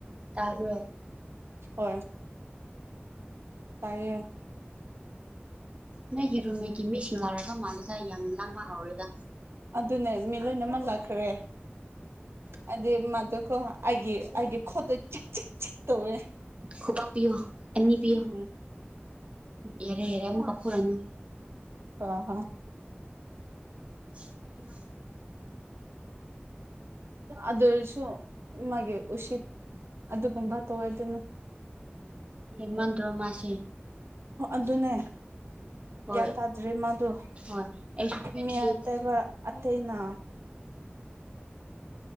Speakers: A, on the right; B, on the right.
A: ꯇꯥꯕ꯭ꯔꯣ
B: ꯍꯣꯏ ꯇꯥꯏꯌꯦ
A: ꯅꯣꯏꯒꯤ ꯔꯨꯝꯃꯤꯠꯀꯤ ꯃꯤꯁꯤꯡ ꯑꯣꯏꯔꯕ ꯃꯥꯜꯂꯦꯗ ꯌꯥꯝꯅ ꯂꯥꯡꯕ ꯍꯥꯎꯔꯦꯗ
B: ꯑꯗꯨꯅꯦ ꯃꯤ ꯂꯣꯏꯅꯃꯛ ꯂꯥꯛꯈ꯭ꯔꯦ ꯑꯗ ꯃꯥꯗꯨ ꯀꯣ ꯑꯩꯒꯤ ꯑꯩꯒꯤ ꯈꯣꯠꯇ ꯆꯤꯛ ꯆꯤꯛ ꯆꯤꯛ ꯇꯧꯋꯦ
A: ꯈꯨꯕꯥꯛ ꯄꯤꯌꯨ ꯑꯅꯤ ꯄꯤꯌꯣ
B: ꯎꯝ
A: ꯌꯥꯔꯦ ꯌꯥꯔꯦ ꯐꯨꯔꯥꯅꯨ
B: ꯑ ꯍꯣ
A: <unintelligible>
B: ꯑꯗꯨ ꯑꯣꯢꯔꯁꯨ ꯃꯥꯒꯤ ꯎꯁꯤꯠ ꯑꯗꯨꯒꯨꯝꯕ ꯇꯧꯋꯦꯗꯅ
A: ꯍꯦꯃꯟꯗ꯭ꯔꯣ ꯃꯥꯁꯦ
B: ꯑꯗꯨꯅꯦ
A: ꯍꯣꯏ
B: ꯒ꯭ꯌꯥꯟ ꯇꯥꯗ꯭ꯔꯤ ꯃꯥꯗꯣ
A: ꯍꯣꯏ ꯑꯩꯁꯨ ꯕꯦꯇ꯭ꯔꯤ
B: ꯃꯤ ꯑꯇꯩꯕ ꯇꯩꯅ